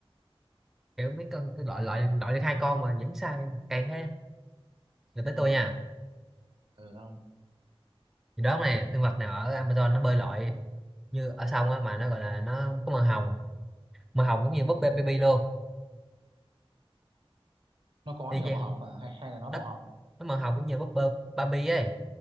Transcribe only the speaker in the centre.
kiểu mấy con tôi loại loại loại được hai con mà vẫn sai cay thế là tới
tôi nha
thì đó này sinh vật nào ở Amazon nó bơi lội như ở sông á mà nó gọi là nó có màu hồng màu hồng cũng như búp bê baby luôn
y
chang
nó
nó màu hồng cũng như búp bê Barbie ấy